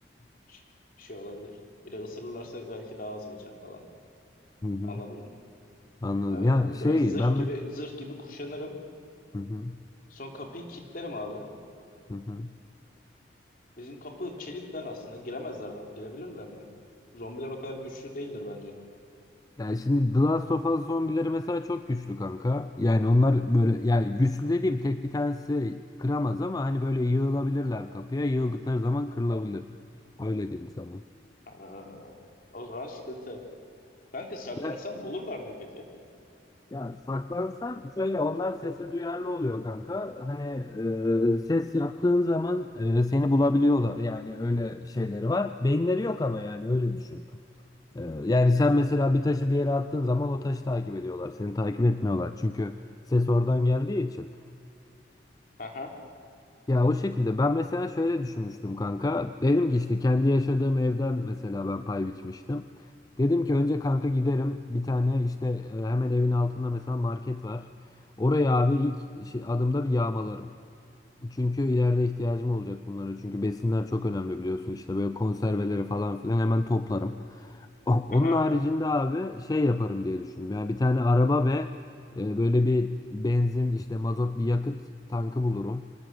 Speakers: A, on the left; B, on the left.
A: Ş- şey olabilir. Bir de ısırırlarsa belki daha az geçer falan.
B: Hı hı.
A: Anladın mı?
B: Anladım.
A: E,
B: Ya şey
A: böyle zırh
B: ben mes-
A: gibi zırh gibi kuşanırım.
B: hı hı.
A: Son kapıyı kilitlerim abi.
B: Hı hı.
A: Bizim kapı çelikten aslında giremezler bence. Girebilirler mi? Zombiler o kadar güçlü değildir bence.
B: Yani şimdi The Last of Us zombileri mesela çok güçlü kanka. Yani onlar böyle yani güçlü dediğim tek bir tanesi kıramaz ama hani böyle yığılabilirler kapıya. Yığıldıkları zaman kırılabilir. Öyle diyeyim sana.
A: Ha, o zaman sıkıntı. Kanka saklansam
B: Ya,
A: bulurlar mı peki?
B: ya saklansan şöyle onlar sese duyarlı oluyor kanka. Hani e, ses yaptığın zaman e, seni bulabiliyorlar. Yani öyle şeyleri var. Beyinleri yok ama yani öyle düşün. E, yani sen mesela bir taşı bir yere attığın zaman o taşı takip ediyorlar. Seni takip etmiyorlar. Çünkü ses oradan geldiği için.
A: Aha,
B: Ya o şekilde ben mesela şöyle düşünmüştüm kanka. Dedim ki işte kendi yaşadığım evden mesela ben pay biçmiştim. Dedim ki önce kanka giderim bir tane işte e, hemen evin altında mesela market var. Oraya abi ilk şey- adımda bir yağmalarım. Çünkü ileride ihtiyacım olacak bunlara. Çünkü besinler çok önemli biliyorsun. İşte böyle konserveleri falan filan hemen toplarım. O-
A: aha,
B: Onun haricinde abi şey yaparım diye düşündüm. Yani bir tane araba ve e, böyle bir benzin işte mazot bir yakıt tankı bulurum.